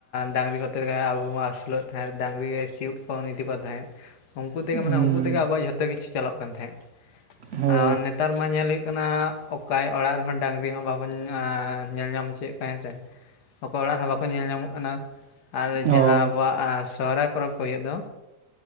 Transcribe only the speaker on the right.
ᱦᱩᱸ
ᱦᱳᱭ
ᱦᱳᱭ